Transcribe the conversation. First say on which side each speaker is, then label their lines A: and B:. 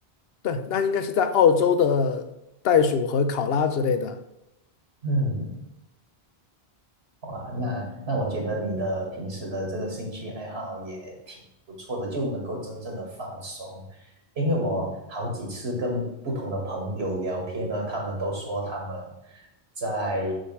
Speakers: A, on the left (about 70°); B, on the right (about 70°).
A: 对，那应该是在澳洲的袋鼠和考拉之类的。
B: 嗯。哇，那那我觉得你的平时的这个兴趣爱好也挺不错的，就能够真正的放松。因为我好几次跟不同的朋友聊天呢，他们都说他们在